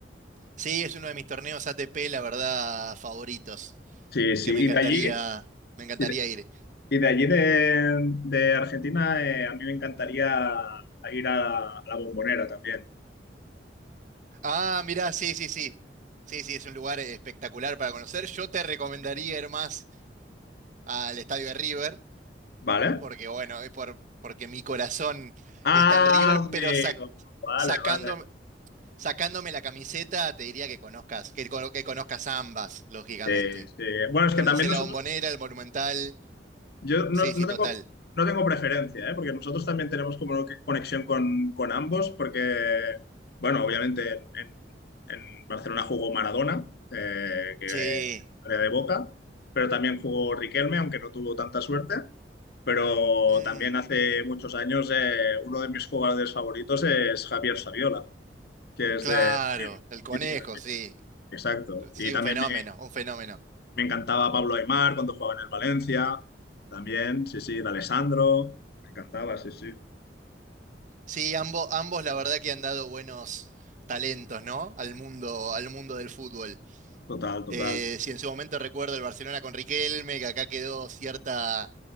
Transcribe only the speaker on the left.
Sí, sí,
y
de allí,
y de,
y de allí de, de Argentina, eh, a mí me encantaría ir a, a la Bombonera también,
¿vale?
Ah,
amigo,
vale,
vale.
Sí, sí. Bueno, es
que también
nosotros
Yo no,
no
tengo,
no tengo preferencia, ¿eh? Porque nosotros también tenemos como que conexión con, con ambos, porque, bueno, obviamente en, en- en Barcelona jugó Maradona, eh, que
era de Boca, pero también jugó Riquelme, aunque no tuvo tanta suerte. Pero
también hace muchos años eh, uno de mis jugadores favoritos es Javier Saviola, que es
de, de Bilbao,
mítico de Bilbao.
Exacto.
Y también
me,
me encantaba Pablo Aimar cuando jugaba en el Valencia, también, sí, sí, de Alessandro, me encantaba, sí, sí,
total, total.